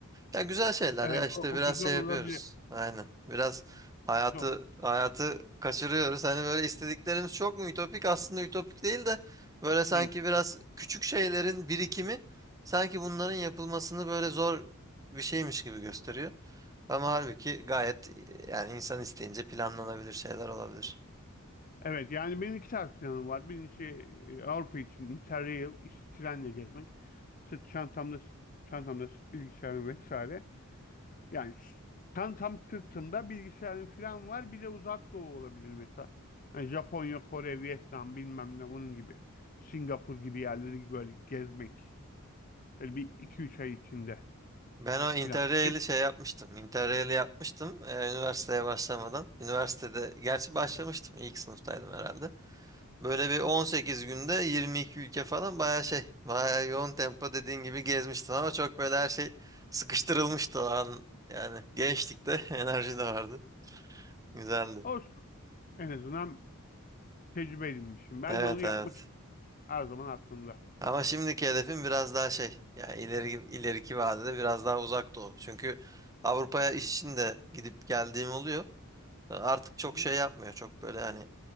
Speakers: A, on the right (about 15°); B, on the left (about 40°).
A: Ya güzel şeyler
B: Evet
A: ya işte
B: o,
A: biraz
B: o güzel
A: şey
B: olabilir.
A: yapıyoruz. Aynen. Biraz hayatı
B: Güzel
A: hayatı kaçırıyoruz. Hani böyle istediklerimiz çok mu ütopik? Aslında ütopik değil de böyle sanki
B: değil.
A: biraz küçük şeylerin birikimi sanki bunların yapılmasını böyle zor bir şeymiş gibi gösteriyor. Ama halbuki gayet yani insan isteyince planlanabilir şeyler olabilir.
B: Evet yani benim iki tarz planım var. Birincisi e, Avrupa için Interrail işte trenle gezmek. Sırt çantamda çantamda sırt bilgisayarım vesaire. Yani tam tam sırtımda bilgisayarın falan var. Bir de uzak doğu olabilir mesela. Hani Japonya, Kore, Vietnam bilmem ne onun gibi. Singapur gibi yerleri böyle gezmek. Böyle bir iki üç ay içinde
A: Ben o Interrail'i
B: falan. Hem
A: şey yapmıştım. Interrail'i yapmıştım e, üniversiteye başlamadan. Üniversitede gerçi başlamıştım. ilk sınıftaydım herhalde. Böyle
B: Hı
A: bir 18
B: hı.
A: günde 22 ülke falan bayağı şey, bayağı yoğun tempo dediğin gibi gezmiştin ama çok böyle her şey sıkıştırılmıştı o an. Yani gençlikte <laughs> enerji de vardı. Güzeldi.
B: olsun en azından tecrübe edinmişim. Ben
A: Evet
B: de onu yapmak
A: evet.
B: için her zaman aklımda.
A: Ama şimdiki hedefim biraz daha şey, yani ileri, ileriki vadede biraz daha uzak doğu. Çünkü Avrupa'ya iş için de gidip geldiğim oluyor. Artık çok
B: Hı hı.
A: şey yapmıyor. Çok böyle hani